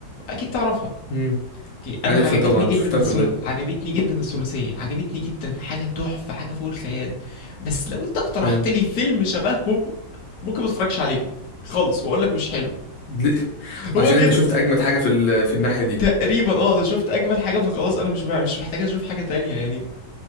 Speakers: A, on the left (about 55°); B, on the left (about 75°).
A: اكيد تعرفها
B: مم.
A: اوكي انا
B: عارفها
A: عجبتني
B: طبعا
A: جدا
B: شفتها
A: الثل...
B: كلها
A: عجبتني جدا الثلاثية عجبتني جدا حاجة تحفة حاجة فوق الخيال بس لو انت اقترحت
B: جامد.
A: لي فيلم شبههم ممكن ما اتفرجش عليهم خالص واقول لك مش حلو
B: ليه؟ <laughs>
A: <laughs> هو
B: عشان
A: كده
B: انت شفت اجمد حاجه في ال... في الناحيه دي
A: تقريبا اه انا شفت اجمل حاجه فخلاص انا مش بع- مش محتاج اشوف حاجه تانية يعني